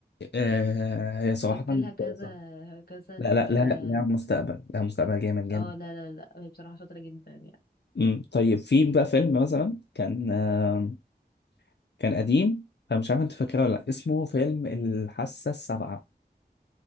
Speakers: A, on the left; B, on the left.
A: آه هي صراحة
B: شفت لها كذا
A: كويسة
B: كذا
A: لا لا
B: اه
A: لا لا مستقبل لا مستقبل جامد جامد
B: آه، لا لا لا هي بصراحة شاطرة جدا يعني
A: أمم، طيب في بقى فيلم مثلا كان آه كان قديم انا مش عارف انت فاكره ولا لا اسمه فيلم الحاسة السابعة